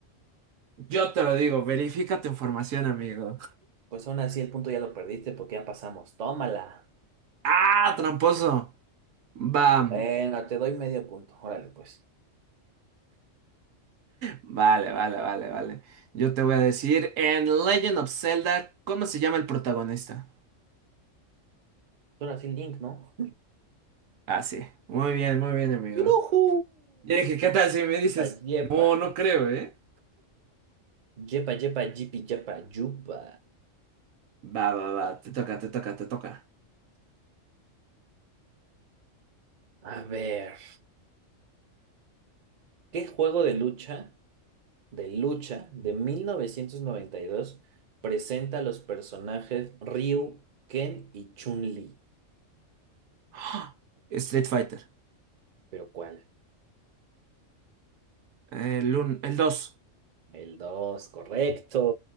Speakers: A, on the right (about 85°); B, on the right (about 45°).
A: Yo te lo digo, verifica tu información, amigo.
B: Pues aún así el punto ya lo perdiste porque ya pasamos. Tómala.
A: ¡Ah, tramposo! Bam.
B: Bueno, te doy medio punto. Órale, pues.
A: Vale, vale, vale, vale. Yo te voy a decir en Legend of Zelda, ¿cómo se llama el protagonista?
B: Ahora así Link, ¿no?
A: Ah, sí. Muy bien, muy bien, amigo.
B: ¡Yujú!
A: Yo dije, ¿qué tal si me dices?
B: Yepa, yepa.
A: No, no creo, ¿eh?
B: Yepa, yepa, yipi, yepa, yupa.
A: Va, va, va. Te toca, te toca, te toca.
B: A ver. ¿Qué juego de lucha? de lucha de 1992 presenta a los personajes Ryu, Ken y Chun-Li.
A: <gasps> ¡Ah! Street Fighter.
B: ¿Pero cuál?
A: El uno, el 2.
B: El 2 correcto.